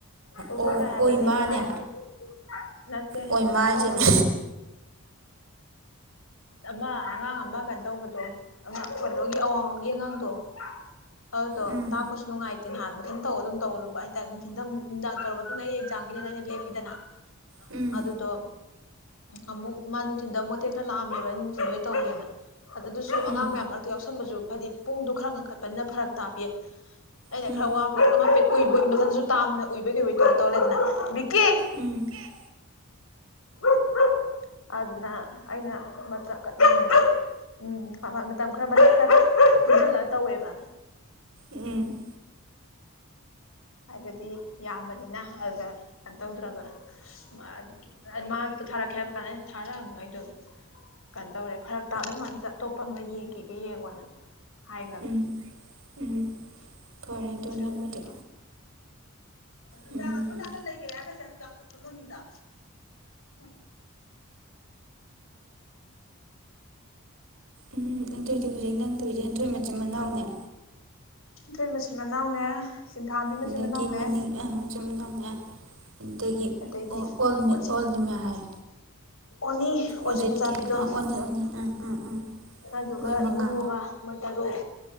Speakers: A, on the left (about 65°); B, on the right (about 65°).
A: ꯇꯣꯛꯊꯣꯛꯈ꯭ꯔꯦ
B: ꯑꯣ
A: ꯍꯥꯏꯕꯗꯤ
B: ꯑꯣꯏꯃꯥꯅꯦ
A: ꯁꯨꯃꯥꯏꯅ ꯅꯠꯇꯦ
B: ꯑꯣꯏꯃꯥ
A: ꯀꯩꯅꯣ
B: ꯍꯥꯏꯁꯤꯅꯦ
A: ꯇꯧꯕꯗ ꯑꯃ ꯑꯉꯥꯡ ꯑꯃ ꯀꯩꯅꯣ ꯇꯧꯕꯗꯣ ꯑꯃ ꯀꯩꯅꯣꯒꯤ ꯑꯋꯥꯡꯂꯣꯝꯒꯤ ꯑꯉꯥꯡꯗꯣ ꯑꯗꯨꯗꯣ
B: ꯎꯝ
A: ꯇꯥꯛꯄꯥꯁꯨ ꯅꯨꯡꯥꯏ ꯅꯍꯥꯟ ꯃꯊꯪ ꯇꯧꯔ ꯑꯗꯨꯝ ꯇꯧ ꯍꯥꯏꯇꯥꯔꯦ ꯅꯨꯡꯊꯊ ꯅꯨꯡꯗꯥꯡ ꯇꯧꯔꯕ ꯃꯇꯨꯡꯗ ꯑꯩ ꯑꯦꯛꯖꯥꯝꯒꯤꯅꯤ ꯑꯩꯅ ꯂꯦꯞꯄꯤꯗꯅ
B: ꯎꯝ
A: ꯑꯗꯨꯗꯣ ꯑꯃꯛ ꯃꯥ ꯑꯗꯨꯝ ꯊꯤꯟꯗ ꯃꯇꯦꯛ ꯈꯔꯥ <unintelligible> ꯂꯣꯏ ꯇꯧꯒꯦꯅ ꯑ ꯑꯗꯨꯁꯨ ꯑꯉꯥꯡ
B: ꯎꯝ
A: ꯃꯌꯥꯝ ꯃꯔꯛꯇ ꯌꯥꯎꯁꯟꯕꯖꯨ ꯍꯥꯏꯗꯤ ꯄꯨꯡꯗꯣ ꯈꯔ ꯉꯟꯈꯠꯄꯅꯤꯅ ꯐꯔꯛ ꯇꯥꯄꯤꯌꯦ꯫ ꯑꯩꯅ
B: ꯎꯝ
A: ꯈꯔ ꯋꯥꯕꯒ <inaudible> ꯎꯨꯢꯕꯨꯢ ꯃꯊꯟꯗꯁꯨ ꯇꯥꯛꯑꯃꯤꯅ ꯎꯨꯏꯕꯣꯢ ꯀꯩꯕꯣꯢ ꯇꯧꯔ ꯇꯧꯔ ꯂꯩꯔꯦꯗꯅꯥ ꯕꯤꯀꯤ꯫
B: ꯎꯝ, ꯕꯤꯀꯤ꯫
A: <inaudible> ꯑꯗꯨꯅ ꯑꯩꯅ ꯃꯇꯀ ꯎꯝ ꯎꯝ ꯃꯇꯝ ꯈꯔ ꯃꯇꯦꯛ ꯈꯔ ꯄꯨꯟꯖꯜꯂ ꯇꯧꯋꯦꯕ꯫
B: ꯎꯝ꯫
A: ꯍꯥꯏꯕꯗꯤ ꯌꯥꯝꯕꯅꯤꯅ ꯑꯗꯨꯗ ꯀꯩꯅꯣ ꯇꯧꯗ꯭ꯔꯕ ꯃꯥ ꯃꯥ ꯊꯥꯔꯛꯀꯦ ꯍꯥꯏꯕ ꯀꯥꯟ ꯑꯩꯅ ꯊꯥꯔꯛꯑꯅꯨ ꯑꯩꯗꯣ ꯀꯩꯅꯣ ꯇꯧꯔꯦ ꯐꯔꯛ ꯇꯥꯗꯧ ꯃꯥꯟꯖ ꯑꯇꯣꯞꯄ ꯑꯃ ꯌꯦꯡꯒꯦꯒ ꯌꯦꯡꯉꯣꯅ꯫ ꯍꯥꯏꯒ꯭ꯔꯝ
B: ꯎꯝ ꯎꯝ ꯐꯔꯦ ꯑꯗꯨꯅꯕꯨꯗꯤ
A: ꯑꯗꯨꯗꯅꯅꯦ ꯃꯥ ꯃꯟꯗꯤꯇꯥ
B: ꯎꯝ
A: ꯑꯁꯣꯝ ꯅꯥꯀꯟ ꯃꯩꯒ꯭ꯔꯦ ꯍꯥꯢꯔꯒ <inaudible> <inaudible>
B: ꯎꯝ ꯑꯗꯨꯏꯗꯤ ꯍꯨꯖꯤꯛ ꯅꯪ ꯇꯧꯔꯤꯖꯦ ꯍꯦꯟꯊꯣꯏ ꯃꯆꯤꯟ ꯃꯅꯥꯎꯅꯦ
A: ꯍꯦꯟꯊꯣꯢ ꯃꯆꯤꯟ ꯃꯅꯥꯎꯅꯦ ꯁꯤꯟꯊꯥꯝꯕꯤ ꯃꯆꯤꯟ
B: ꯑꯗꯒꯤ
A: ꯃꯅꯥꯎꯅꯦ
B: ꯃꯅꯤꯡ ꯑ ꯃꯆꯤꯟ ꯃꯅꯥꯎꯅꯦ ꯑꯗꯒꯤ
A: ꯑꯗꯒꯤ
B: ꯑꯣꯜꯃꯤ
A: ꯑꯣꯖꯤꯠ
B: ꯑꯣꯜꯂꯤꯃꯥ ꯍꯥꯏ
A: ꯑꯣꯅꯤ ꯑꯣꯖꯤꯠ
B: ꯑꯣꯖꯤꯠꯀꯤ
A: ꯃꯆꯥꯄꯤꯗꯣ
B: ꯑꯥ ꯑꯣꯅꯤ ꯑꯣꯅꯤ ꯑꯥ ꯑꯥ ꯑꯥ
A: ꯑꯗꯨꯒ
B: ꯃꯣꯏ ꯃꯉꯥ
A: ꯏꯕꯨꯡꯉꯣꯒ ꯃꯣꯏ ꯇꯔꯨꯛ꯫